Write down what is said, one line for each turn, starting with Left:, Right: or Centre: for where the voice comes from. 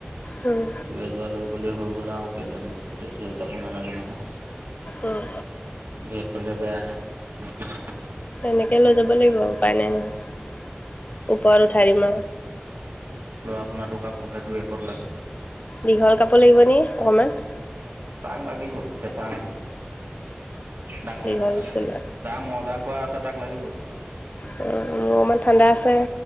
Left: উম।
Right: দুই এজোৰা লৈ গ'লে হৈ গ'ল আৰু। কেইদিনৰ বস্তুতে ঢেৰ কাপোৰ নালাগে নহয়,
Left: উম
Right: ঢেৰ হ'লে বেয়াহে। <unintelligible>
Left: তেনেকে লৈ যাব লাগিব আৰু উপায় নাই নহয়, ওপৰত উঠাই দিম আৰু।
Right: আৰু আপোনাৰ টকা পইচা দুই এপত লাগে
Left: দীঘল কাপোৰ লাগিব নি অকমান।
Right: তাক লাগিব চেঁচা নহয়, ডাঙৰ
Left: দীঘল
Right: মানুহক নালাগে।
Left: চোলা
Right: যাৰ মজা খোৱা আছে, তাক লাগিব।
Left: মোৰ অকণমান ঠাণ্ডা আছে,